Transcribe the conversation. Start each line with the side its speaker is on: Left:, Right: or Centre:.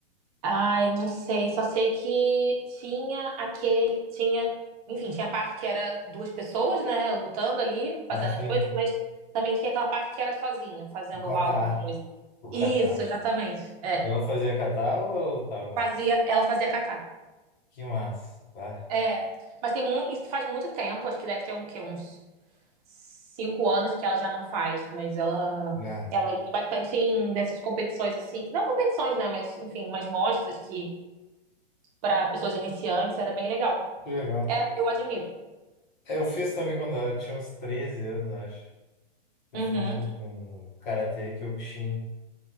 Right: Ai, não sei, só sei que tinha aquele, tinha, enfim, tinha a parte que era duas pessoas, né, lutando ali,
Left: Ah,
Right: fazendo
Left: sim.
Right: as coisas, mas também tinha aquela parte que era sozinha, fazendo
Left: O kata.
Right: lá alguma coisa.
Left: O
Right: Isso,
Left: kata.
Right: exatamente. É.
Left: Ela fazia kata ou ela lutava?
Right: Fazia, ela fazia catar.
Left: Que massa. Ah,
Right: É. Mas tem muito, isso faz muito tempo, acho que deve ter um, que, uns cinco anos que ela já não faz, mas ela
Left: ah,
Right: ela ia bastante em dessas competições assim, não competições, né, mas enfim, umas mostras que para pessoas iniciantes era bem legal.
Left: que legal.
Right: É, eu admiro.
Left: É, Eu fiz também quando eu tinha uns 13 anos, acho. Eu
Right: Uhum.
Left: fiz um karatê Kyokushin,